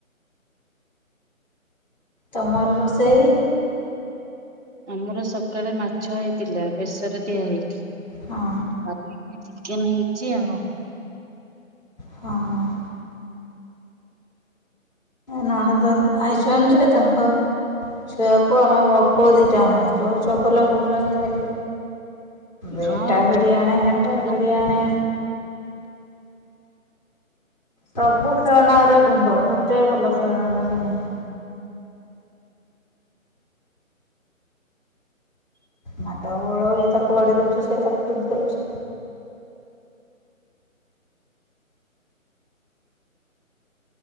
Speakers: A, on the left; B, on the right.
A: ତମର ରୋଷେଇ।
B: ଆମର ସକାଳେ ମାଛ ହେଇଥିଲା ବେସର ଦିଆ ହେଇ ।
A: ହଁ
B: ଚିକେନ ହେଇଛି ଆଉ।
A: ହଁ ହ। ନଣନ୍ଦ ଆଇଛନ୍ ଯେ ତାଙ୍କ ଛୁଆକୁ ଆମ ବାପୁଅ ଦିଟା ଜଙ୍କ ଯୋଉ ଚଗଲା ହଉଛନ୍ତି ଖାଲି। ବେଟାପଡ଼ିଆଣେ
B: ହଁ।
A: ହେଟା
B: ଛୁଆ
A: ଭଡ଼ିଆଣେ। ସବୁ ଖେଳଣା ର ଗୁଣ୍ଡ ଗୋଟେ ଭଲ ଖେଳଣା ବି ନାହିଁ। ମାଡ଼ଗୋଳ ଏ ତାକୁ ବାଦେଇଦୌଚି ସେ ତାକୁ ପିଟି ଦଉଛି।